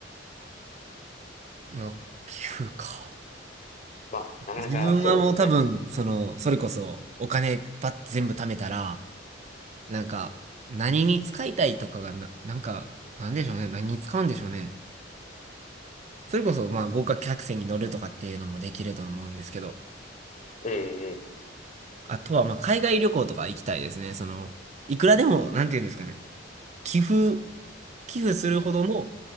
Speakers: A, on the right; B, on the left.
A: や、寄付か。
B: うん、まあ、なかなかそうですね。
A: 自分はもう多分、その、それこそ、お金ばって全部貯めたら、なんか、何に使いたいとかがな、なんか、なんでしょうね。何に使うんでしょうね。それこそ、まあ、豪華客船に乗るとかっていうのもできると思うんですけど、
B: ええ
A: あとは、まあ、海外旅行とか行きたいですね。その、いくらでも、なんていうんですかね。寄付、寄付するほどの、